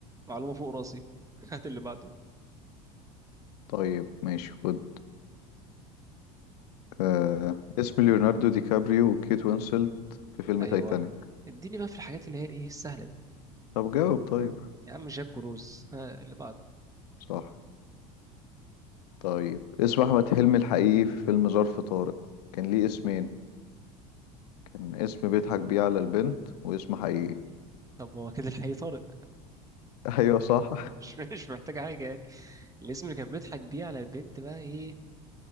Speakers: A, on the right (about 15°); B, on the left (about 70°).
A: معلومة فوق راسي <laughs> هات اللي بعده
B: طيب ماشي خد آه... اسم ليوناردو دي كابريو وكيت وينسلت في فيلم
A: ايوه
B: تايتانيك
A: اديني بقى في الحاجات اللي هي الايه السهلة دي
B: طب جاوب طيب
A: يا عم جاك وروز ها اللي بعده
B: صح طيب اسم احمد حلمي الحقيقي في فيلم ظرف طارق كان ليه اسمين كان اسم بيضحك بيه على البنت واسم حقيقي
A: طب هو كده الحقيقي طارق
B: <laughs> ايوه صح
A: مش مش محتاجة حاجة يعني الاسم اللي كان بيضحك بيه على البنت بقى ايه